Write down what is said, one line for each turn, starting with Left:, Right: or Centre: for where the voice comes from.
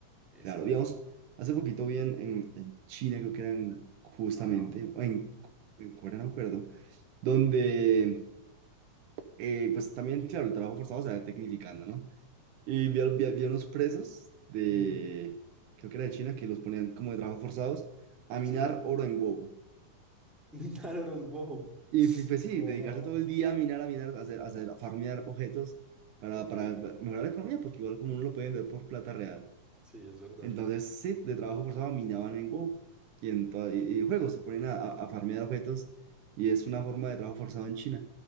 Centre: exacto,
Right: Claro, digamos, hace poquito vi en, en, en China, creo que era en- justamente,
Centre: ajá,
Right: o en, en Corea, no me acuerdo, donde eh, pues también, claro, el trabajo forzado se va tecnificando, ¿no? Y vi, vi, vi a unos presos de,
Centre: ujú,
Right: creo que era de China, que los ponían como de trabajo forzados a minar
Centre: sí.
Right: oro en huevo.
Centre: <laughs> Minotaurus, wow.
Right: Y fi- pues sí,
Centre: Wow,
Right: dedicarse
Centre: wow.
Right: todo el día a minar, a minar, a hacer, a hacer- a farmear objetos para,
Centre: Ok,
Right: para mejorar la economía, porque igual como uno lo puede vender por plata real.
Centre: sí, es verdad.
Right: Entonces, sí, de trabajo forzado minaban en WoW y en, toda- y, y en juegos se ponen a, a a farmear objetos y es una forma de trabajo forzado en China.